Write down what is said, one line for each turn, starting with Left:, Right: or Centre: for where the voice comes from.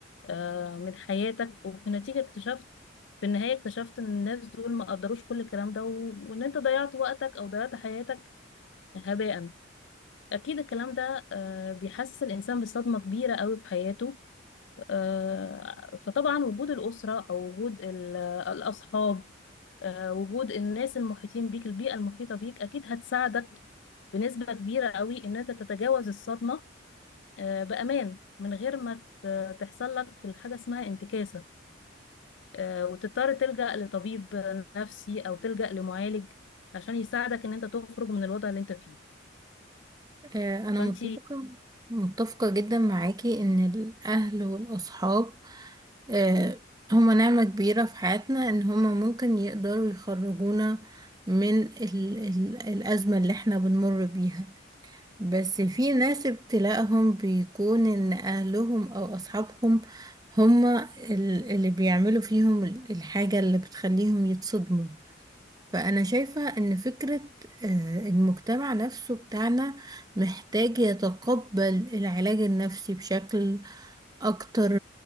Left: آه، من حياتك وفي النتيجة اكتشفت في النهاية اكتشفت ان الناس دول ما قدروش كل الكلام ده و... وان انت ضيعت وقتك او ضيعت حياتك هباء اكيد الكلام ده آه، بيحسس الانسان بصدمة كبيرة قوي في حياته آه، فطبعا وجود الاسرة او وجود ال- الاصحاب آه، وجود الناس المحيطين بيك البيئة المحيطة بيك أكيد هتساعدك بنسبة كبيرة قوي إن أنت تتجاوز الصدمة آه، بأمان من غير ما ت- تحصل لك الحاجة اسمها انتكاسة آه، وتضطر تلجأ لطبيب نفسي أو تلجأ لمعالج عشان يساعدك إن أنت تخرج من الوضع اللي أنت فيه
Right: آه، أنا
Left: فأنت
Right: متفقة متفقة جدا معاكي إن الأهل والأصحاب آه، هما نعمة كبيرة في حياتنا إن هما ممكن يقدروا يخرجونا من ال ال الأزمة اللي احنا بنمر بيها بس في ناس ابتلاءهم بيكون إن أهلهم أو أصحابهم هما ال- اللي بيعملوا فيهم ال- الحاجة اللي بتخليهم يتصدموا فأنا شايفة إن فكرة آه، المجتمع نفسه بتاعنا محتاج يتقبل العلاج النفسي بشكل أكتر